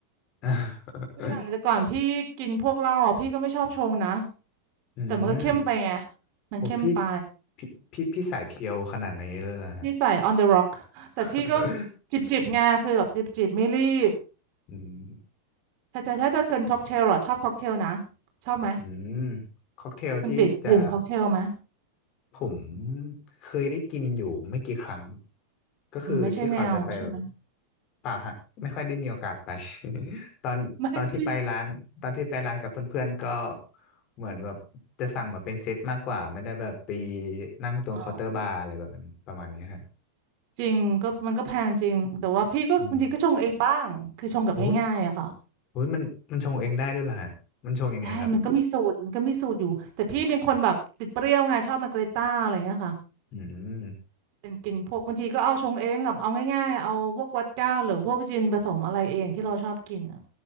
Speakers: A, on the left; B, on the right.
A: <laughs>
B: อย่างแต่ก่อนพี่กินพวกเหล้าอ่ะพี่ก็ไม่ชอบชงนะ
A: อืม
B: แต่มันก็เข้มไปไงมันเข้มไป
A: ผมพี่พี่พี่พี่สายเพียวขนาดไหนเลยล่ะฮะ
B: พี่ใส่ on the rock แต่พี่ก็
A: <laughs>
B: จิบจิบไงคือแบบจิบจิบไม่รีบ
A: อืม
B: แต่แต่ถ้าจะเกินค็อกเทลอ่ะชอบค็อกเทลนะชอบไหม
A: อืมค็อกเทลที่จะ
B: มันติดดื่มค็อกเทลไหม
A: ผมเคยได้กินอยู่ไม่กี่ครั้งก็คือที่เขาจะไปแบบ
B: อืมไม่ใช่แนวใช่ไหม
A: ป่าฮะไม่ค่อยได้มีโอกาสไป <laughs> ตอนตอนที่ไปร้านตอนที่ไปร้านกับเพื่อนๆก็
B: ไม่พี่
A: เหมือนแบบจะสั่งมาเป็นเซตมากกว่าไม่ได้แบบไปนั่งตรงเคาน์เตอร์บาร์อะไรแบบนั้นประมาณเนี้ยฮะ
B: อ๋อจริงก็มันก็แพงจริงแต่ว่าพี่ก็บางทีก็ชงเองบ้างคือชงแบบง่ายๆอะค่ะ
A: อืมโอ้โหโอ้ยมันมันชงเองได้ด้วยเหรอฮะมันชงยังไงครับ
B: ใช่มันก็มีสูตรมันก็มีสูตรอยู่แต่พี่เป็นคนแบบติดเปรี้ยวไงชอบมาเกรต้าอะไรเงี้ยค่ะ
A: อืม
B: เป็นกินพวกบางทีก็เอาชงเองแบบเอาง่ายๆเอาพวกวอดก้าหรือพวกจินผสมอะไรเองที่เราชอบกินอะ